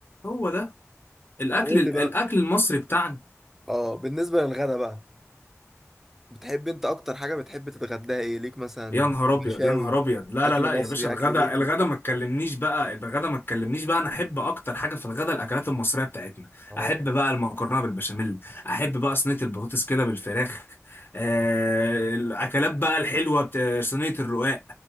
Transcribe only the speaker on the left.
هو ده الاكل
الاكل
المصري بتاعنا
يا نهار
ابيض يا نهار ابيض لا
لا لا
يا باشا الغدا
الغدا ما تكلمنيش بقى يبقى الغدا ما تكلمنيش بقى انا احب اكتر حاجه في الغدا الاكلات المصريه بتاعتنا
احب بقى المكرونه بالبشاميل احب بقى صينيه البطاطس كده بالفراخ آه الاكلات بقى الحلوه بتا... صينيه الرقاق